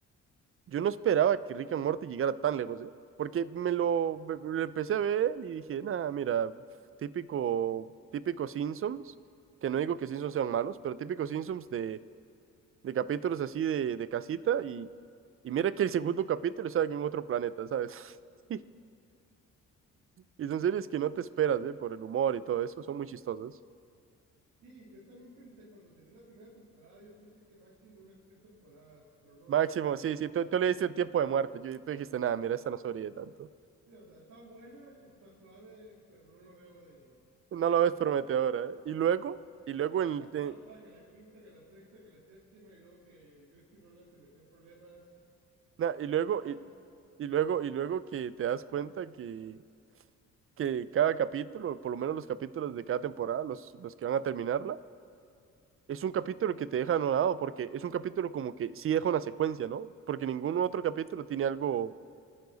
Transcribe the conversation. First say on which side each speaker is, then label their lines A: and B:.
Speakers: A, on the right; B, on the right.
A: yo no esperaba que Rick and Morty llegara tan lejos, ¿eh? Porque me lo, me- me lo empecé a ver y dije, nada, mira, típico, típico Simpsons, que no digo que Simpsons sean malos, pero típico Simpsons de, de capítulos así de, de casita y, y mira que el segundo capítulo sale en otro planeta, ¿sabes? <laughs> Y son series que no te esperas, ¿eh? Por el humor y todo eso, son muy chistosas.
B: Sí, yo también pensé, cuando salió la primera temporada, yo pensé que máximo unas tres temporadas, pero no,
A: Máximo,
B: eh, que la...
A: sí, sí, tú, tú le diste el tiempo de muerte, yo, tú dijiste, nada, mira, esta no sobrevive tanto.
B: Sí, o sea, está buena, está suave, pero no lo veo de que
A: No
B: vaya
A: lo
B: para
A: ves
B: largo.
A: prometedora, ¿eh? Y luego,
B: Eh,
A: y
B: Salió
A: luego, en,
B: que la
A: de-
B: cuarta, que la quinta, que la sexta, que la séptima, y luego que Justin Roland se metió en problemas,
A: na-
B: que
A: y
B: lo
A: luego,
B: sacaron.
A: y, y luego, y luego que te das cuenta que, que cada capítulo, por lo menos los capítulos de cada temporada, los, los que van a terminarla, es un capítulo que te deja anonadado, porque es un capítulo como que sí deja una secuencia, ¿no? Porque ningún otro capítulo tiene algo